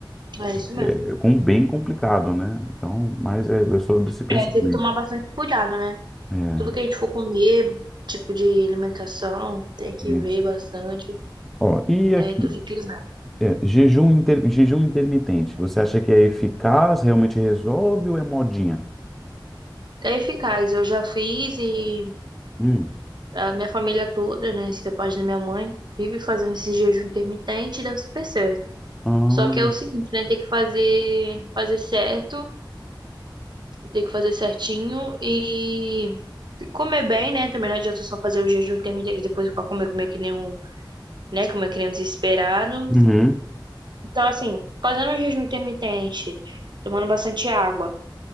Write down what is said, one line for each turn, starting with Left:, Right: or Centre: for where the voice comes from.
Right: é isso mesmo.
Centre: é, com um bem complicado, né? Então, mas é, eu sou desse pensamento.
Right: É, tem que tomar bastante cuidado, né?
Centre: É,
Right: Tudo que a gente for comer, tipo de alimentação, tem que
Centre: isso.
Right: ver bastante,
Centre: Ó, e
Right: né?
Centre: aqui,
Right: Tudo equilibrado.
Centre: é, jejum, inter, jejum intermitente, você acha que é eficaz, realmente resolve ou é modinha?
Right: É eficaz, eu já fiz e
Centre: Hum.
Right: a minha família toda, né? Se da parte da minha mãe, vive fazendo esse jejum intermitente e dá super certo.
Centre: Ah,
Right: Só que é o seguinte, né? Tem que fazer, fazer certo, tem que fazer certinho e comer bem, né? Também não adianta só fazer o jejum intermitente e depois para comer, comer que nem um, né? Comer que nem um desesperado.
Centre: uhum.
Right: Então, assim, fazendo o jejum intermitente, tomando bastante água